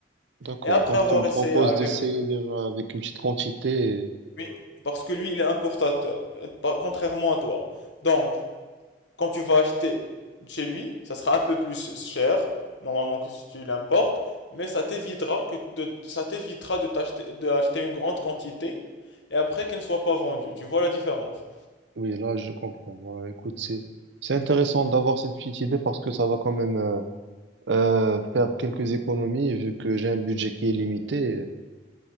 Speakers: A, on the right; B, on the left.
A: d'accord.
B: Et après
A: Donc,
B: avoir
A: tu me proposes
B: essayé avec
A: d'essayer déjà avec une petite quantité. et-
B: lui, parce que lui, il est importateur, et pas- contrairement à toi. Donc, Quand tu vas acheter chez lui, ça sera un peu plus cher, normalement, que si tu l'importes, mais ça t'évitera que de, ça t'évitera de t'acheter, de acheter une grande quantité et après qu'elle ne soit pas vendue. Tu vois la différence?
A: Oui, là, je comprends. Ouais, écoute, c'est, c'est intéressant d'avoir cette petite idée parce que ça va quand même euh, euh, faire quelques économies vu que j'ai un budget qui est limité.